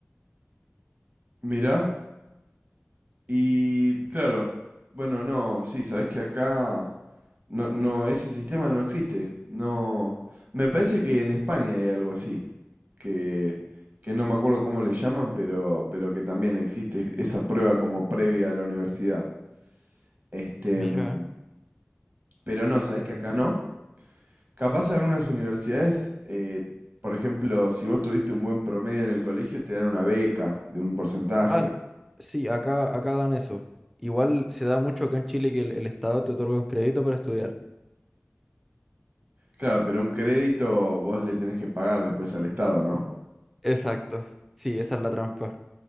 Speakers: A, on the right (about 40°); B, in the centre.
A: Mirá. Y claro. Bueno, no, sí, sabés que acá no, no, ese sistema no existe. No. Me parece que en España hay algo así. Que, que no me acuerdo cómo le llaman, pero, pero que también existe esa prueba como previa a la universidad. Este,
B: Mira.
A: mm, pero no, ¿sabés
B: Mm.
A: que acá no? Capaz algunas universidades, eh, por ejemplo, si vos tuviste un buen promedio en el colegio, te dan una beca de un porcentaje.
B: Ah, s- sí, acá, acá dan eso. Igual se da mucho acá en Chile que el, el Estado te otorga un crédito para estudiar.
A: Claro, pero un crédito vos le tenés que pagar después al Estado, ¿no?
B: Exacto. Sí, esa es la trampa.